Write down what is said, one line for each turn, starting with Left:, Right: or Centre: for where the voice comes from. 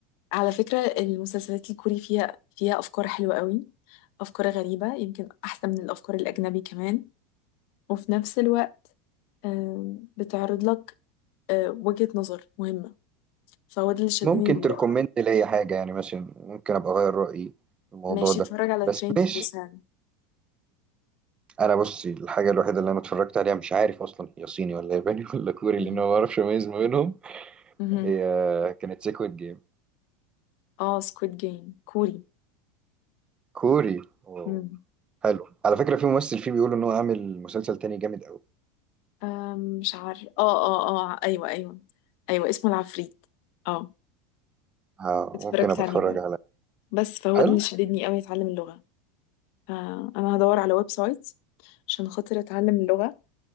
Left: على فكرة المسلسلات الكوري فيها فيها أفكار حلوة قوي أفكار غريبة يمكن أحسن من الأفكار الأجنبي كمان وفي نفس الوقت أم، بتعرض لك أه، وجهة نظر مهمة فهو ده اللي شدني
Right: ممكن
Left: لله
Right: تركومنت ليا حاجه يعني ماشي ممكن ابقى اغير رايي في الموضوع
Left: ماشي
Right: ده
Left: اتفرج على
Right: بس
Left: ترين تو
Right: ماشي
Left: بوسان
Right: انا بصي الحاجه الوحيده اللي انا اتفرجت عليها مش عارف اصلا هي صيني ولا ياباني <laughs> ولا كوري
Left: مم.
Right: لان أنا ما بعرفش اميز ما بينهم
Left: مهم.
Right: هي كانت سيكويد جيم
Left: اه سكويد جيم كوري
Right: كوري واو
Left: مم.
Right: حلو على فكره في ممثل فيه بيقول ان هو عامل مسلسل تاني جامد قوي
Left: آم، مش عارف اه اه اه ايوه ايوه ايوه اسمه العفريت اه
Right: آه،
Left: اتفرجت
Right: ممكن ابقى
Left: عليه
Right: اتفرج
Left: برضه
Right: على
Left: بس فهو
Right: حلو
Left: ده اللي شددني قوي اتعلم اللغة فانا هدور على ويب سايت عشان خاطر اتعلم اللغة